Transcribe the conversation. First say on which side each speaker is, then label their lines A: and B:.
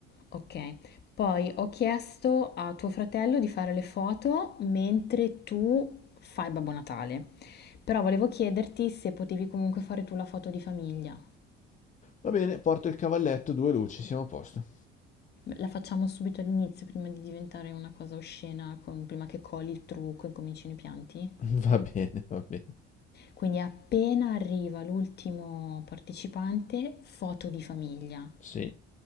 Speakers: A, on the left; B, on the left.
A: Okay, poi ho chiesto a tuo fratello di fare le foto mentre tu fai Babbo Natale, però volevo chiederti se potevi comunque fare tu la foto di famiglia.
B: Va bene, porto il cavalletto, due luci, siamo a posto.
A: La facciamo subito all'inizio prima di diventare una cosa oscena, con- prima che coli il trucco e comincino i pianti?
B: <laughs> Va bene, va bene.
A: Quindi appena arriva l'ultimo partecipante, foto di famiglia.
B: Sì,